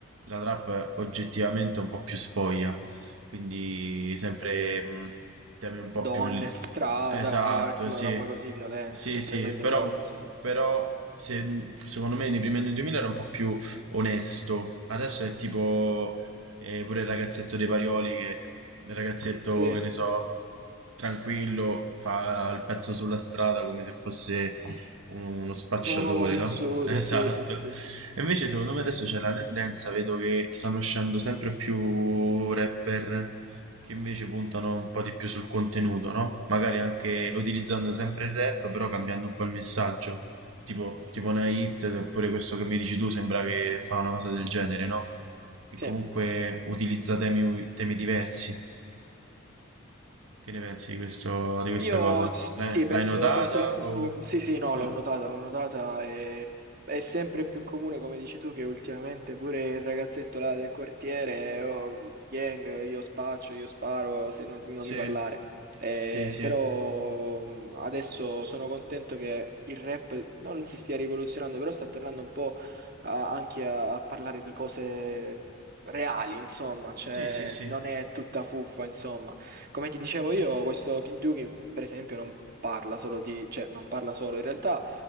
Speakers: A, on the right; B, on the right.
A: la trap è oggettivamente un po' più spoglia, quindi sempre mh, temi un po'
B: Donne,
A: più... l-
B: strada,
A: Esatto,
B: alcol,
A: sì,
B: roba così, violenza,
A: sì,
B: sempre
A: sì,
B: le solite
A: però,
B: cose, sì, sì.
A: però se- mm, secondo me nei primi anni 2000 era un po' più onesto, adesso è tipo eh, pure il ragazzetto dei Parioli, che il ragazzetto,
B: Sì,
A: che ne so, tranquillo, fa il pezzo sulla strada come se fosse uno spacciatore,
B: un uomo vissuto,
A: no? <laughs> Esatto.
B: sì, sì, sì, sì.
A: E Invece, secondo me adesso c'è la tendenza, vedo che stanno uscendo sempre più rapper che invece puntano un po' di più sul contenuto, no? Magari anche utilizzando sempre il rap, però cambiando un po' il messaggio. Tipo, tipo una hit, oppure questo che mi dici tu, sembra che fa una cosa del genere, no? Che
B: Sì.
A: comunque utilizza temi, temi diversi. Che ne pensi di questo, di questa
B: Io
A: cosa?
B: s-
A: L'hai
B: sì, penso,
A: l'hai notata?
B: penso la stessa
A: O...
B: cosa. Sì, sì, no,
A: Ah,
B: l'ho notata, l'ho notata e è sempre più comune, come dici tu, che ultimamente pure il ragazzetto là del quartiere, oh, gang, io spaccio, io sparo, se non, non
A: sì,
B: mi parlare. Eh,
A: sì, sì.
B: però mh, adesso sono contento che il rap non si stia rivoluzionando, però sta tornando un po' a- anche a, a parlare di cose reali, insomma, cioè
A: Sì, sì, sì.
B: non è tutta fuffa, insomma. Come ti dicevo io, questo Kidduki, per esempio, non parla solo di, cioè non parla solo, in realtà